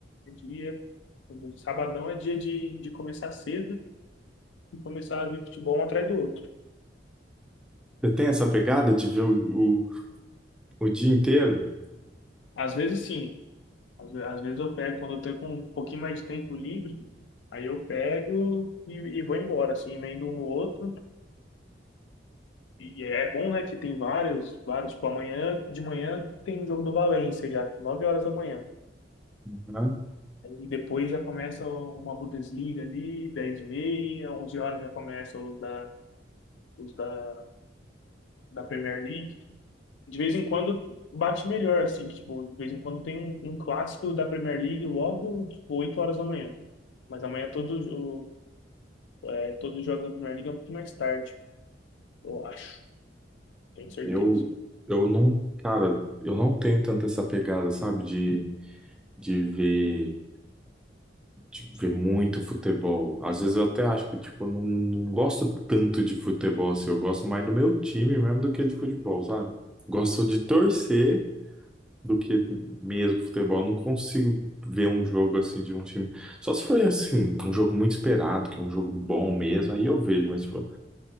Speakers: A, on the left; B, in the centre.
A: é dia. O Sabadão é dia de, de começar cedo e começar a ver futebol um atrás do outro.
B: Você tem essa pegada de ver o, o, o dia inteiro?
A: Às vezes, sim. Às, ve- às vezes eu pego, quando eu tô com um pouquinho mais de tempo livre, aí eu pego e, e vou embora, assim, emendo um no outro. E é bom, né, que tem vários, vários. Tipo, amanhã, de manhã, tem um jogo do Valência já, 9 horas da manhã.
B: Uhum.
A: E depois já começa uma Bundesliga ali, 10 e meia, 11 horas já começa os da, os da da Premier League, de vez em quando bate melhor, assim, que, tipo, de vez em quando tem um, um clássico da Premier League logo, tipo, 8 horas da manhã. Mas amanhã todos o, é, todos os jogos da Premier League é um pouquinho mais tarde, eu acho, tenho certeza.
B: Eu, eu não, cara, eu não tenho tanto essa pegada, sabe, de, de ver. de ver muito futebol. Às vezes eu até acho que, tipo, eu não, não gosto tanto de futebol, assim. Eu gosto mais do meu time mesmo do que de futebol, sabe? Gosto de torcer do que mesmo futebol. Não consigo ver um jogo, assim, de um time. Só se for, assim, um jogo muito esperado, que é um jogo bom mesmo, aí eu vejo. Mas, tipo,